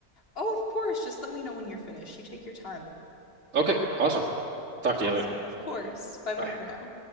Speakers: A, on the left; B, on the right.
A: Oh, of course. Just let me know when you're finished. You take your time.
B: Okay, awesome. Talk to
A: Awesome.
B: you later.
A: Of course. Bye bye
B: Bye.
A: for now.